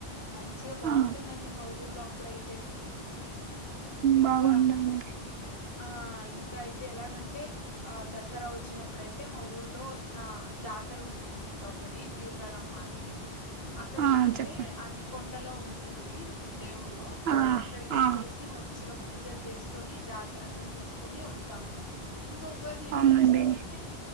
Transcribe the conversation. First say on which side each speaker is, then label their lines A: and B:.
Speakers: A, on the left; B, on the right.
A: మంచిగ బాగుంటుందండి
B: ఆ
A: మా ఊర్లొ అప్పుడైతే
B: బాగుందండి
A: ఇంకా ఆ ఇంక అయితే ఎలాగంటే ఆ దసరా వచ్చినప్పుడయితే మా ఊర్లో ఆ జాతర ఉంటుందనమాట ఒకటి జీర్గాళమ్మ అని అక్కడ
B: ఆ
A: ఏమంటే
B: చెప్పండి
A: అది కొండ కొండలో ఉంటుంది దేవుడు
B: ఆ
A: అక్కడికెళ్ళేసి
B: ఆ
A: మంచిగ పూజలు చేసుకొని జా అంతా చూసుకొని వస్తాము ఇంకా ఉగాది ఎందుకు
B: అవునండి
A: ఇష్టం అంటే